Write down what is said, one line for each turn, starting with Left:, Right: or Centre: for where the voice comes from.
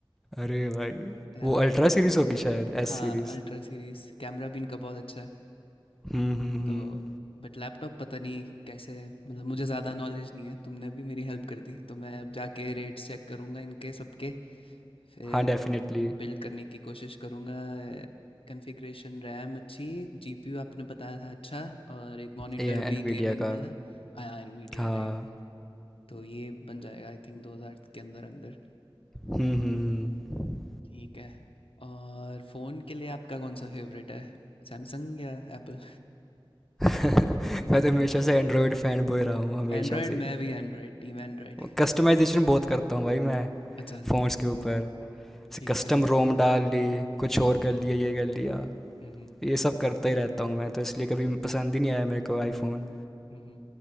Centre: अरे भाई
Left: या-
Centre: वो अल्ट्रा सीरीज़ होगी शायद S
Left: हाँ
Centre: series
Left: अल्ट्रा सीरीज कैमरा भी इनका बहुत अच्छा है
Centre: Hmm hmm hmm
Left: तो बट लैपटॉप पता नहीं कैसे मतलब मुझे ज़्यादा नॉलेज नहीं है तुमने अभी मेरी हेल्प कर दी तो मैं अब जाके रेट्स चेक करूँगा इनके सबके फिर
Centre: हाँ डेफिनेटली
Left: बिल्ड करने की कोशिश करूँगा कॉन्फ़िगरेशन रैम अच्छी जीपीयू आपने बताया था अच्छा और एक मॉनिटर
Centre: ये एनवीडिया
Left: भी गेमिंग
Centre: का
Left: वाला हाँ एनवीडिया
Centre: हाँ
Left: राइट तो ये बन जाएगा आई थिंक 2000 के अंदर अंदर
Centre: हम्म हम्म हम्म।
Left: ठीक है और फ़ोन के लिए आपका कौन सा फेवरेट है सैमसंग या एप्पल
Centre: <laughs> मैं तो हमेशा से एंड्रॉयड फैन बॉय रहा हूँ
Left: <laughs>
Centre: हमेशा
Left: एंड्रॉयड
Centre: से
Left: मैं भी एंड्रॉयड टीम एंड्रॉयड
Centre: कस्टमाइजेशन बहुत करता हूँ भाई मैं
Left: अच्छा
Centre: फ़ोन्स के ऊपर जैसे
Left: ठीक
Centre: कस्टम
Left: है
Centre: रोम डाल ली कुछ और कर लिया ये कर लिया
Left: हम्म
Centre: ये सब करता ही रहता हूँ मैं तो इसलिए कभी पसंद ही नहीं आया मेरे को आईफोन
Left: हम्म